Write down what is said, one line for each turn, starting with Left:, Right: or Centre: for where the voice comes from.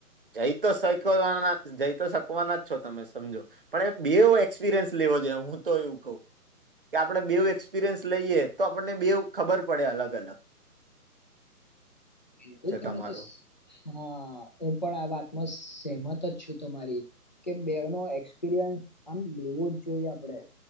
Right: જઈ, તો શકવા જઈ, તો શકવાના જ છો તમે સમજો પણ બે એવું, એક્સપિરિયન્સ લેવા હું, તો એવું કઉ. કે આપણેે બેવું એક્સપિરિયન્સ લઈએ, તો આપણને બેવ ખબર પડે અલગ-અલગ
Left: બિલકુલ, તમે
Right: તમારું?
Left: તો હા હું, પણ આ વાતમાં સહેમત જ છું. તમારી કે બેનો એક્સપિરિયન્સ આમ લેવો જ જોઈએ, આપડે.